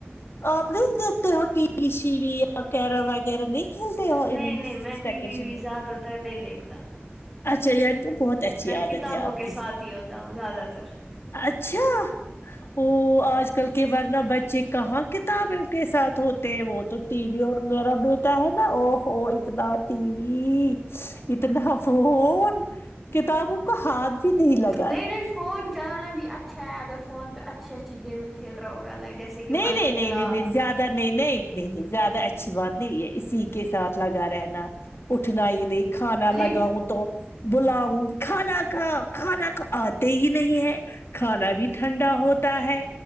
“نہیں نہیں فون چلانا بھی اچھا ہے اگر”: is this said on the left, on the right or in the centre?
Centre